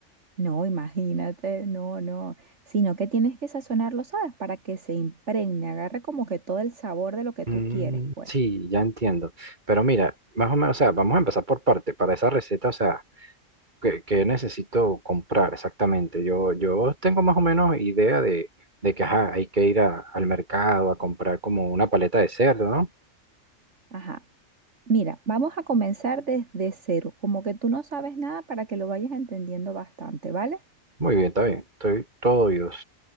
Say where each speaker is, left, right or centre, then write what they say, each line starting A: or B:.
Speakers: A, on the right; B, on the right.
A: No, imagínate, no, no, sino que tienes que sazonarlo, ¿sabes? Para que se impregne, agarre como que todo el sabor de lo que
B: Mm,
A: tú quieres, pues.
B: sí, ya entiendo. Pero mira, más o menos, o sea, vamos a empezar por parte, para esa receta, o sea, ¿qué, qué necesito comprar exactamente? Yo, yo tengo más o menos idea de, de que, ajá, hay que ir a- al mercado a comprar como una paleta de cerdo, ¿no?
A: Ajá. Mira, vamos a comenzar desde cero, como que tú no sabes nada para que lo vayas entendiendo bastante, ¿vale?
B: Muy bien, está bien, estoy todo oídos.